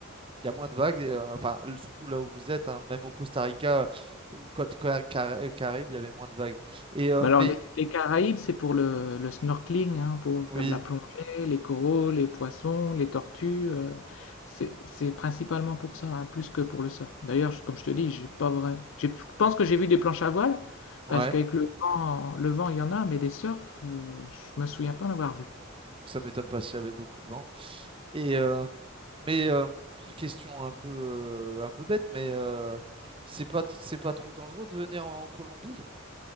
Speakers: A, on the right; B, on the left.
A: il y a moins de vagues, et, euh, enfin l- surtout là où vous êtes, hein, même au Costa Rica, euh, côte Ca- Cara- Caraïbe, il y avait moins de vagues. Et euh,
B: Bah alors,
A: mais
B: les, les Caraïbes, c'est pour le, le snorkeling, hein, pour faire
A: oui,
B: de la plongée, les coraux, les poissons, les tortues. euh, c'est c'est principalement pour ça, hein, plus que pour le surf. D'ailleurs, je- comme je te dis, j'ai pas vrai. j'ai- Je pense que j'ai vu des planches à voile,
A: ouais,
B: parce qu'avec le vent, le vent, il y en a, mais des surfs, euh, je me souviens pas en avoir vu.
A: Hmm, ça m'étonne pas s'il y avait beaucoup de vent. Et euh, mais euh, question un peu euh, un peu bête, mais euh, c'est pas c'est pas trop dangereux de venir en Colombie?